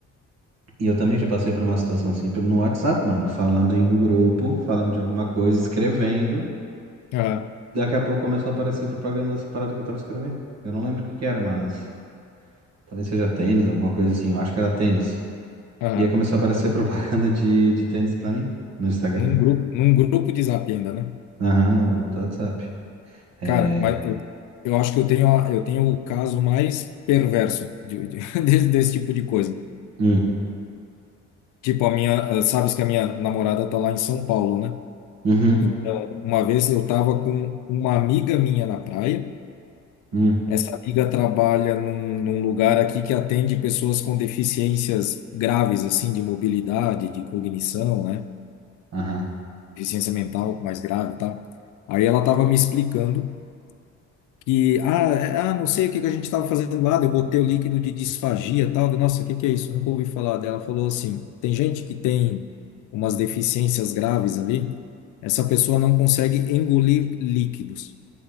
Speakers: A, on the right; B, on the left.
A: e eu também já passei por uma situação assim pelo no WhatsApp, mano, falando em um grupo, falando de alguma coisa, escrevendo.
B: Aham,
A: Daqui a pouco começou a aparecer propaganda dessa parada que eu tava escrevendo. Eu não lembro o que que era, mas talvez seja tênis, alguma coisa assim. Eu acho que era tênis.
B: aham.
A: E aí começou a aparecer <laughs> propaganda de, de tênis pra mim no Instagram.
B: Num grupo, num grupo de Zap ainda, né?
A: Aham, num grupo do WhatsApp. É.
B: Cara, mas eu, eu acho que eu tenho, a- eu tenho o caso mais perverso de, de- <laughs> desse, desse tipo de coisa.
A: Hum,
B: Tipo, a minha, ah, sabes que a minha namorada tá lá em São Paulo, né?
A: uhum,
B: Então, uma vez eu estava com uma amiga minha na praia.
A: hum,
B: Essa amiga trabalha num, num lugar aqui que atende pessoas com deficiências graves, assim, de mobilidade, de cognição, né?
A: aham,
B: Deficiência mental mais grave e tal. Aí ela estava me explicando que, ah, é- ah, não sei o que que a gente estava fazendo lá, daí eu botei o líquido de disfagia e tal. Eu, Nossa, o que que é isso? Nunca ouvi falar dela. Ela falou assim: tem gente que tem umas deficiências graves ali, essa pessoa não consegue engolir líquidos.